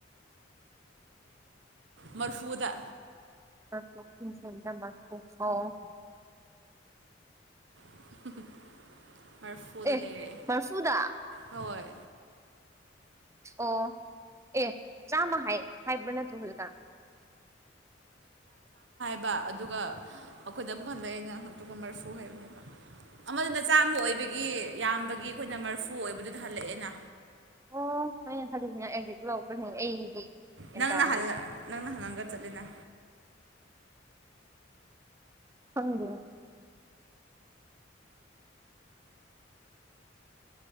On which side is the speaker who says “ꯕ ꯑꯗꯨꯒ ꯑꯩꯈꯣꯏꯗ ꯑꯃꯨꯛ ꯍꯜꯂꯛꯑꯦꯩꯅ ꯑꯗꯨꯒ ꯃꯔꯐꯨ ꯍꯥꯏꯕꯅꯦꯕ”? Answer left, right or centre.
Right